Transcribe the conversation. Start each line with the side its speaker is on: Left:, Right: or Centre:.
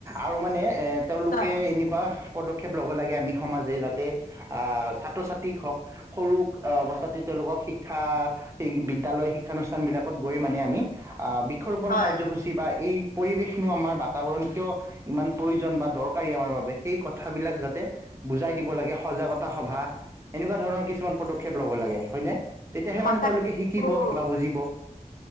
Right: আৰু মানে এ তেওঁলোকে
Left: হয়
Right: এনেকুৱা পদক্ষেপ ল'ব লাগে আমি সমাজে, যাতে আ ছাত্ৰ- ছাত্ৰীক হওক সৰু অৱস্থাতে তেওঁলোকক শিক্ষা বিদ্যালয় শিক্ষানুষ্ঠানবিলাকত গৈ মানে আমি আ বৃক্ষৰোপণ
Left: হয়
Right: কাৰ্যসূচী বা এই পৰিৱেশনো আমাৰ বাতাবৰণ কিয় ইমান প্ৰয়োজন বা দৰকাৰী আমাৰ বাবে সেই কথাবিলাক যাতে বুজাই দিব লাগে সজাগতা সভা এনেকুৱা ধৰণৰ কিছুমান পদক্ষেপ ল'ব লাগে হয়নে? তেতিয়াহে
Left: সঁচাকো
Right: মানে তেওঁলোকে শিকিব বা বুজিব।